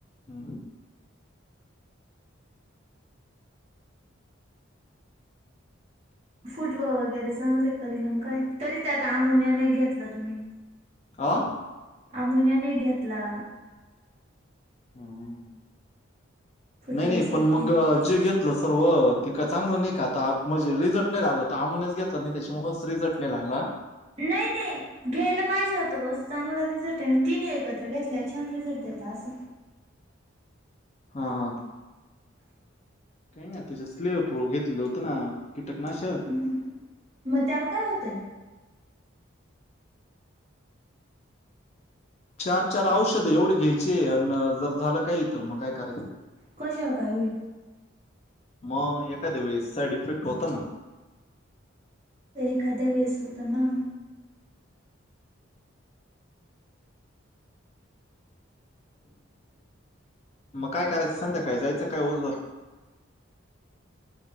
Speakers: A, on the left; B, on the right.
A: हम्म.
B: फुटवा वगैरे चांगले करेल काय, तरी त्यात अमोनिया नाही घेतला तुम्ही.
A: आ?
B: अमोनिया नई घेतला.
A: हम्म.
B: फुटव्यासाठी.
A: नाही नाही पण मग जे घेत लं सर्व तिकं चांगलं नाही का आता म्हणजे रिझल्ट नाही लागलं तर आमनेच घेतलं नाही त्याच्यामुळे हच रिझल्ट नाही लागला.
B: नाही नाही घ्यायला पाहिजे होतं बस. चांगलं रिझल्ट आहे तिने एकत्र घेतलं आहे छान रिझल्ट देेतता असं.
A: हा हा. काही ना त्याच्या स्ले घेतलेलं होत ना कीटकनाशक
B: हम्म मग त्याला काय होतंय.
A: चार चार औषध एवढे घ्यायचे आणि जर झालं काही तर मग काय करायचं?
B: कशाला काय होईल?
A: मग एखाद्या वेस साईड इफेक्ट होता ना.
B: एखाद्या वेळेस होत ना.
A: मग काय करायचं संध्याकाय जायचं काय ओतवर.